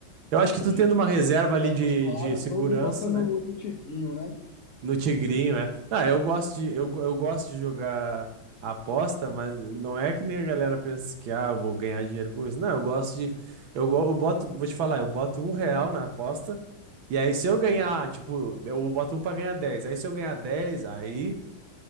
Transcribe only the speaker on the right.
Eu acho que
tu
tendo uma
reserva ali
de,
de segurança,
né?
No tigrinho, é. Ah, eu gosto de eu, eu gosto de jogar aposta, mas não é que nem a galera pensa que ah, eu vou ganhar dinheiro com isso. Não, eu gosto de eu, go- eu boto, vou te falar, eu boto um real na aposta. E aí, se eu ganhar,
tipo, eu boto um pra ganhar dez Aí, se eu ganhar dez aí